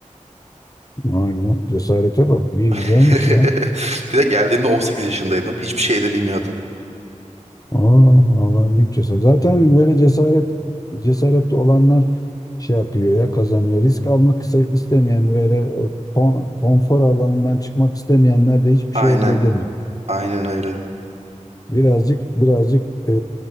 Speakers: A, on the left; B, on the right.
A: Vay be, cesarete bak. İyi
B: <laughs>
A: güzelmiş ya.
B: Bir de geldiğimde 18 yaşındaydım. Hiçbir şey de bilmiyordum.
A: Aa, vallahi büyük cesaret. Zaten böyle cesaret cesaretli olanlar şey yapıyor ya kazanıyor. Risk almak iste- istemeyen böyle e, kon- konfor alanından çıkmak istemeyenler de hiçbir
B: Aynen.
A: şey elde edemiyor.
B: Aynen öyle.
A: Birazcık birazcık e,